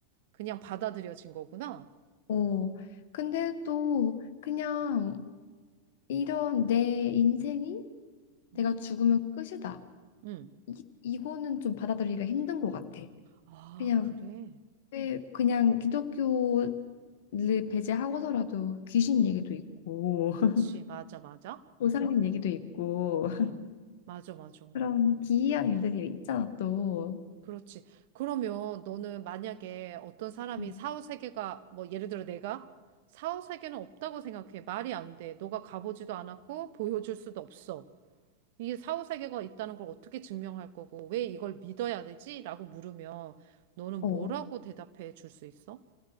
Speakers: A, on the right; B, on the left.
A: 그냥 받아들여진 거구나.
B: 어, 근데 또 그냥 이런 내 인생이 내가
A: 어?
B: 죽으면 끝이다.
A: 응.
B: 이, 이거는 좀 받아들이기가 힘든 것 같아.
A: 아,
B: 그냥
A: 그래.
B: 왜 그냥 기독교를 배제하고서라도 귀신 얘기도 있고
A: 그치.
B: <laughs>
A: 맞아, 맞아.
B: 보살님 얘기도 있고 <laughs>
A: 응. 맞아, 맞아.
B: 그런 기이한 일들이 있잖아 또.
A: 그렇지. 그러면 너는 만약에 어떤 사람이
B: 음.
A: 사후 세계가 뭐 예를 들어 내가 사후 세계는 없다고 생각해. 말이 안 돼. 너가 가보지도 않았고 보여줄 수도 없어. 이게 사후세계가 있다는 걸 어떻게 증명할 거고, 왜 이걸 믿어야 되지? 라고 물으면 너는
B: 어,
A: 뭐라고 대답해 줄 수 있어?